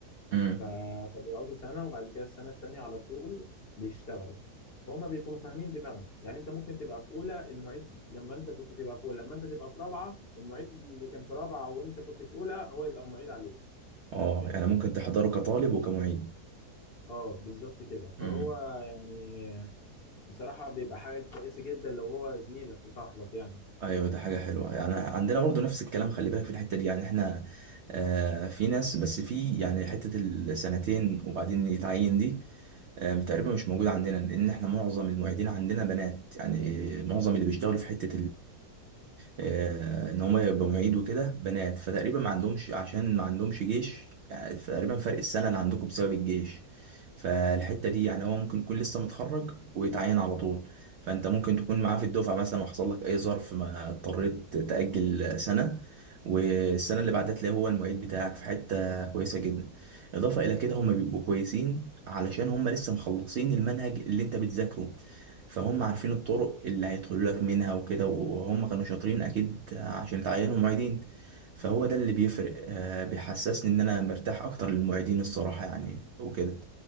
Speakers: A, on the right; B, on the left.
A: امم
B: ف- فبيقعدوا سنة وبعد كده السنة التانية على طول بيشتغلوا فهم بيكونوا فاهمين دماغنا يعني انت ممكن تبقى في اولى المعيد لما انت كنت تبقى في اولى لما انت تبقى في رابعة المعيد اللي كان في رابعة وانت كنت في اولى هو يبقى معيد عليك
A: اه
B: فاهم
A: يعني ممكن تحضره كطالب وكمعيد
B: اه بالظبط كده
A: امم
B: فهو يعني بصراحة بيبقى حاجة كويسة جدا لو هو زميلك وصاحبك يعني
A: ايوه ده حاجه حلوه
B: فاهم
A: يعني عندنا برضو نفس الكلام خلي بالك في الحته دي يعني احنا آه في ناس بس في يعني حته السنتين وبعدين يتعين دي آه تقريبا مش موجوده عندنا لان احنا معظم المعيدين عندنا بنات يعني معظم اللي بيشتغلوا في حته آه، ان هم يبقوا معيد وكده بنات فتقريبا ما عندهمش عشان ما عندهمش جيش يعني تقريبا فرق السنه اللي عندكم بسبب الجيش فالحته دي يعني هو ممكن يكون لسه متخرج ويتعين على طول فانت ممكن تكون معاه في الدفعه مثلا وحصل لك اي ظرف ما اضطريت تاجل سنه والسنه اللي بعدها تلاقيه هو المعيد بتاعك في حته كويسه جدا اضافه الى كده هم بيبقوا كويسين علشان هم لسه مخلصين المنهج اللي انت بتذاكره فهم عارفين الطرق اللي هيدخلوا لك منها وكده وهم كانوا شاطرين اكيد عشان اتعينوا معيدين فهو ده اللي بيفرق آه، بيحسسني ان انا مرتاح اكتر للمعيدين الصراحة يعني وكده